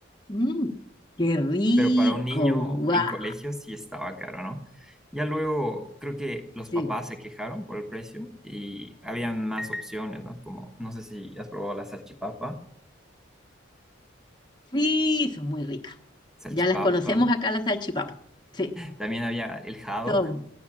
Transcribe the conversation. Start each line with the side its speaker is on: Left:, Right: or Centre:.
Left: Mm, qué rico.
Centre: Pero para un niño
Left: ¡Wow!
Centre: en colegio sí estaba caro, ¿no? Ya luego creo que los
Left: Sí,
Centre: papás se quejaron por el precio y habían más opciones, ¿no? Como, no sé si has probado la salchipapa,
Left: sí, son muy ricas.
Centre: salchipapa.
Left: Ya las conocemos acá, las salchipapas. Sí,
Centre: También había el haddock,
Left: son.